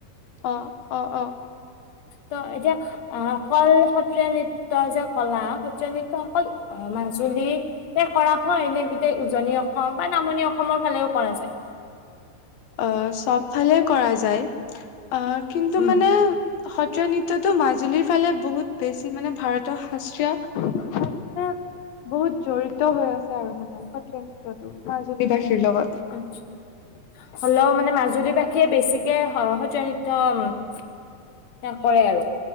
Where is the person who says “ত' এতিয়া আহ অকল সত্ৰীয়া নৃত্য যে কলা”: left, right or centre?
Left